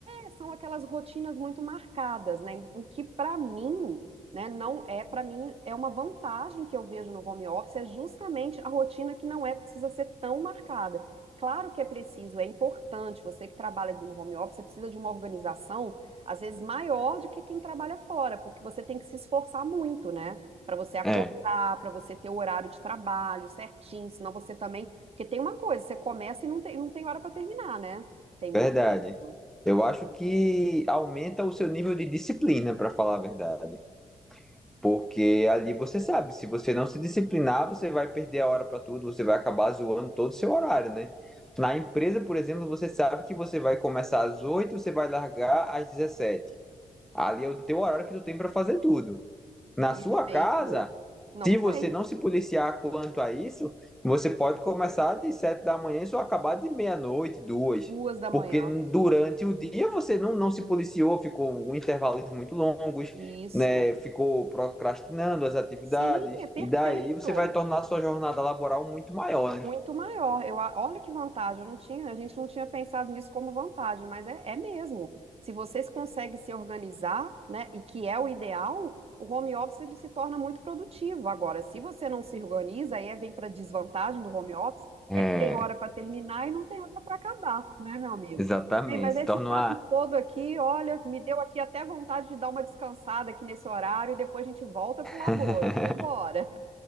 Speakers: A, on the right (about 50°); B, in the centre.
A: é, são aquelas rotinas muito marcadas, né? O que pra mim, né, não é pra mim é uma vantagem que eu vejo no home office é justamente a rotina que não é precisa ser tão marcada. Claro que é preciso, é importante. Você que trabalha no home office, você precisa de uma organização às vezes maior do que quem trabalha fora, porque você tem que se esforçar muito, né? Para você
B: É,
A: para você ter o horário de trabalho certinho, senão você também. Porque tem uma coisa, você começa e não tem, não tem hora para terminar, né? Tem muito
B: verdade.
A: isso.
B: Eu acho que aumenta o seu nível de disciplina, para falar a verdade. Porque ali você sabe, se você não se disciplinar, você vai perder a hora para tudo, você vai acabar zoando todo o seu horário, né? Na empresa, por exemplo, você sabe que você vai começar às oito você vai largar às dezessete Ali é o teu horário que tu tem para fazer tudo. Na
A: Perfeito.
B: sua casa,
A: Não
B: se
A: tem.
B: você não se policiar quanto a isso, você pode começar de sete da manhã e só acabar de meia-noite, duas.
A: Duas da manhã.
B: Porque durante o dia você não, não se policiou, ficou com intervalos muito longos,
A: Isso.
B: né? Ficou procrastinando as atividades,
A: Sim, é perfeito.
B: e daí você vai tornar a sua jornada laboral muito maior, né?
A: muito maior. Eu, a- olha que vantagem, eu não tinha, a gente não tinha pensado nisso como vantagem, mas é, é mesmo. Se vocês conseguem se organizar, né, e que é o ideal, o home office ele se torna muito produtivo. Agora, se você não se organiza, aí é- vem para desvantagem do home office,
B: É,
A: é que tem hora para terminar e não tem hora para acabar, né, meu amigo?
B: exatamente.
A: Bem, mas esse
B: Se torna
A: papo
B: uma...
A: todo aqui, olha, me deu aqui até vontade de dar uma descansada aqui nesse horário e depois a gente volta pro laboro.
B: <laughs>
A: Vambora!